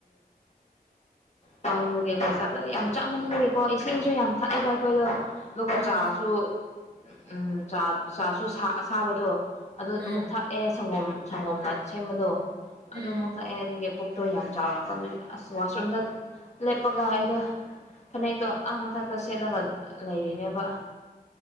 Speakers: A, on the left (about 45°); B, on the right (about 80°).
A: ꯇꯉꯒꯦꯕ ꯆꯥꯇ ꯌꯥꯝ ꯆꯥꯃꯟꯕꯒꯤꯀꯣ ꯏꯁꯤꯡ ꯁꯨ ꯌꯥꯝ ꯊꯛꯑꯦꯕ ꯑꯩꯈꯣꯏꯗꯣ ꯑꯗꯨꯒ
B: ꯎꯝ
A: ꯆꯥꯁꯨ ꯎꯝ ꯆꯥ ꯆꯥꯁꯨ ꯑꯁꯥꯕꯗꯣ ꯑꯗꯨ
B: ꯎꯝ
A: ꯑꯃꯨꯛ ꯊꯛꯑꯦ ꯁꯪꯒꯣꯝ ꯁꯪꯒꯣꯝꯅ ꯁꯦꯝꯕꯗꯣ
B: ꯎꯝ
A: ꯑꯗꯨ ꯑꯃꯨꯛ ꯊꯛꯑꯦ ꯑꯗꯨꯒꯤ ꯄꯨꯛꯛꯇꯣ ꯌꯥꯝ ꯆꯥꯎꯔꯛꯄ ꯑꯗꯨꯒꯤ ꯑꯁ ꯋꯥꯁꯔꯨꯝꯗ ꯂꯦꯞꯄꯒ ꯑꯩꯗꯣ ꯐꯅꯦꯛꯇꯣ ꯑꯥ ꯃꯊꯛꯇ ꯁꯦꯠꯂꯒ ꯂꯩꯔꯤꯅꯦꯕ